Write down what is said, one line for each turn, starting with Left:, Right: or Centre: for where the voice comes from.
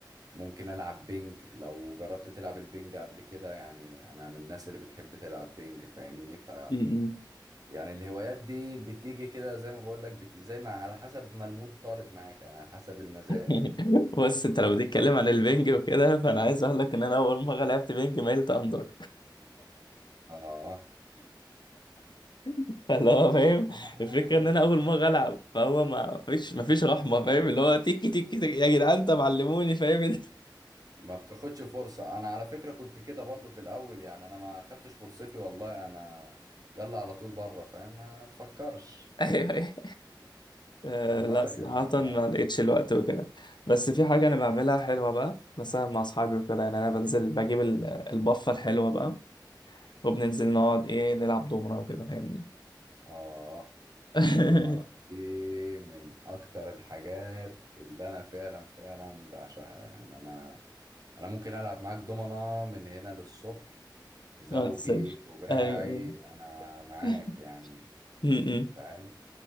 Right: ممكن العب بينج لو جربت تلعب البينج قبل كده يعني انا من الناس اللي بتحب تلعب بينج فاهمني ف
Left: مم.
Right: يعني الهوايات دي بتيجي كده زي ما بقول لك بت... زي ما على حسب ما المود طالب معاك انا على حسب المزاج
Left: <laughs> بص انت لو
Right: ممكن
Left: بتتكلم عن البنج وكده فانا عايز اقول لك ان انا اول مرة لعبت بنج ميلت اندر
Right: اه
Left: <laughs> فاللي هو فاهم
Right: <laughs>
Left: الفكرة
Right: عادي
Left: ان انا اول مرة العب فهو ما فيش ما فيش رحمة فاهم اللي هو تيكي تيكي تيكي يا جدعان انت معلموني فاهم <laughs>
Right: ما بتاخدش فرصة انا على فكرة كنت كده برضو في الاول يعني انا ما خدتش فرصتي والله انا يلا على طول بره فاهم ما تفكرش
Left: ايوه آه،
Right: والله
Left: لا صراحة
Right: يعني
Left: ما
Right: ف-
Left: لقيتش الوقت وكده بس في حاجة أنا بعملها حلوة بقى مثلا مع أصحابي وكده يعني أنا بنزل بجيب ال- البفة الحلوة بقى وبننزل نقعد إيه نلعب دومرة وكده فاهمني
Right: اه
Left: <laughs>
Right: الدمر دي من اكتر الحاجات اللي انا فعلا فعلا بعشقها يعني انا انا ممكن العب معاك دومنة من هنا للصبح زوجي
Left: ما تنساش
Right: رباعي
Left: أيوة.
Right: انا معاك
Left: <laughs>
Right: يعني
Left: م- م.
Right: فاهم